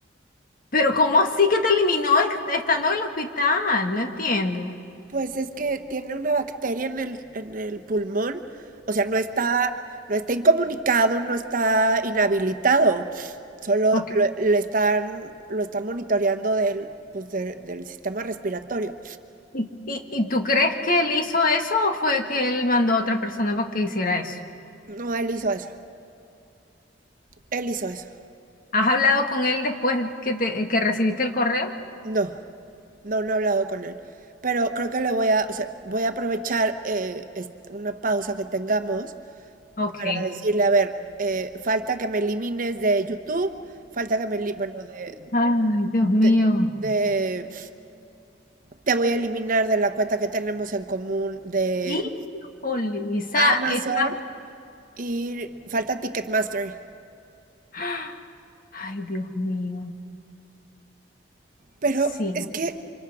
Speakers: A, on the left; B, on the right.
A: Pero ¿cómo así que te eliminó es- estando en el hospital? No entiendo.
B: Pues es que tiene una bacteria en el, en el pulmón, o sea, no está, no está incomunicado, no está inhabilitado, solo
A: Ok.
B: lo, le están, lo están monitoreando del, pues, de- del sistema respiratorio.
A: ¿Y, y, y tú crees que él hizo eso o fue que él mandó a otra persona para que hiciera eso?
B: No, él hizo eso, él hizo eso.
A: ¿Has hablado con él después que, te, que recibiste el correo?
B: No, no, no he hablado con él, pero creo que le voy a, o sea, voy a aprovechar eh, es- una pausa que tengamos
A: Ok.
B: para decirle, a ver, eh, falta que me elimines de YouTube, falta que me, eli- bueno, de,
A: Ay, Dios mío.
B: de, de, te voy a eliminar de la cuenta que tenemos en común de
A: Híjole, esa,
B: Amazon
A: esa.
B: y falta Ticketmaster.
A: ¡Ah! Ay, Dios mío.
B: Pero
A: Sí,
B: es que,